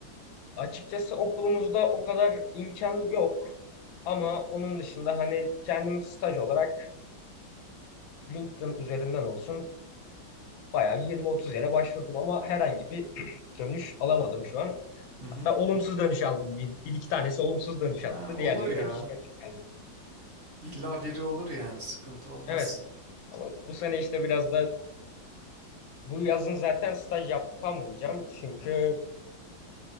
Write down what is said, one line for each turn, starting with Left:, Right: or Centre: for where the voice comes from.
Left: Açıkçası okulumuzda o kadar imkan yok ama onun dışında hani kendim staj olarak LinkedIn üzerinden olsun bayağı 20-30 yere başvurdum ama herhangi bir <clears throat> dönüş alamadım şu an.
Right: Hı hı.
Left: Hatta olumsuz dönüş aldım diyeyim. Bir iki tanesi olumsuz dönüş
Right: Ha,
Left: attı.
Right: olur
Left: Diğerlerinden
Right: ya.
Left: hiç dönüş gelmedi.
Right: İlla biri olur yani sıkıntı olmaz.
Left: Evet. Ama bu sene işte biraz da Bu yazın zaten staj yapamayacağım. Çünkü